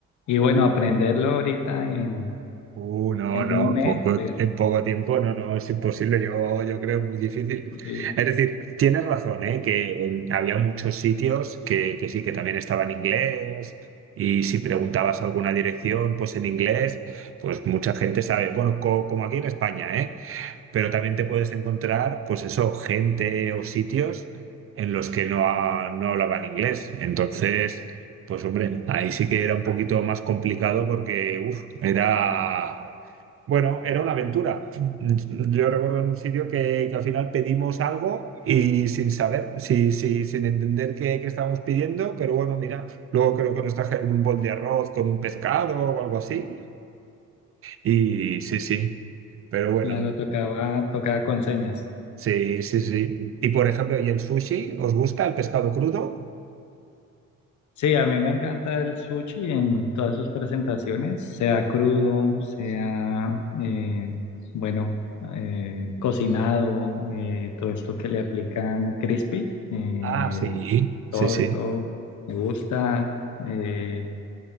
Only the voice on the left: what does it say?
y bueno, aprenderlo ahorita en,
en
un mes,
pues
imposible.
Claro, tocaba, tocaba con señas.
Sí, a mí me encanta el sushi en todas sus presentaciones, sea crudo, sea, eh, bueno, eh, cocinado, eh, todo esto que le aplican crispy, eh,
todo
eso me gusta. eh,